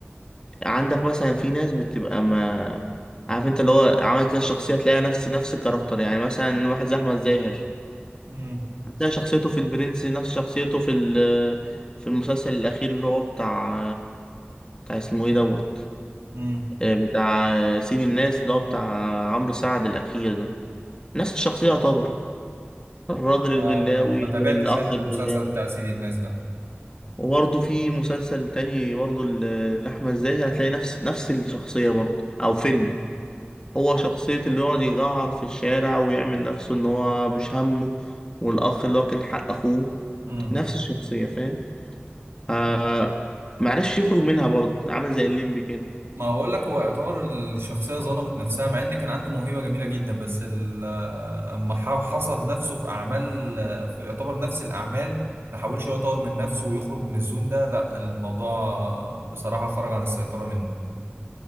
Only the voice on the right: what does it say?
امم
امم
ما ما تابعتش
انا
المسلسل بتاع سيدي الناس ده
امم
امم
ما بقول لك هو يعتبر الشخصية ظلمت نفسها مع ان كان عنده موهبة جميلة جدا بس ال- اما ح- حصر نفسه في اعمال في يعتبر نفس الاعمال ما حاولش هو يطور من نفسه ويخرج من الزون ده لا الموضوع بصراحة خرج عن السيطرة منه